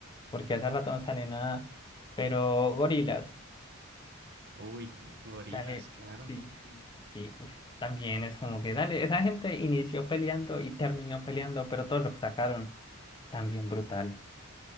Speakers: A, on the left (about 20°); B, on the right (about 45°).
A: porque hace rato no sale nada, pero gorilas,
B: Uy, Gorilas,
A: dale,
B: claro.
A: sí, sí, sí, uf, también es como que, dale, esa gente inició peleando y terminó peleando, pero todo lo que sacaron, también brutal.